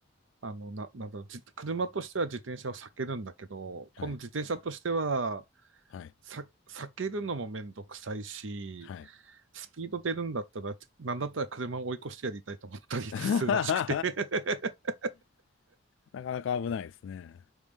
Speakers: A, on the right (about 70°); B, on the left (about 65°).
A: あの、な、なんだろう、じ、車としては自転車を避けるんだけど、
B: はい。
A: 今度自転車としては、
B: はい。
A: さ、避けるのもめんどくさいし、
B: はい。
A: スピード出るんだったら、なんだったら車を追い越してやりたいと思ったりするらしくて
B: <laughs>
A: <laughs>
B: なかなか危ないですね。